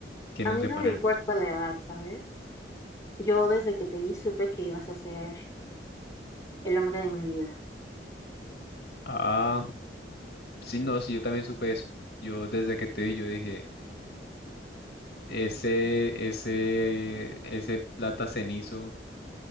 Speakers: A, on the left; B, on the left.
A: qué
B: a
A: nos
B: mí
A: depara
B: no me importa
A: el futuro.
B: la edad, ¿sabes? Yo desde que te vi supe que ibas a ser el hombre de mi vida.
A: Ah, sí, no, sí, yo también supe eso. Yo desde que te vi, yo dije, ese, ese, ese plata cenizo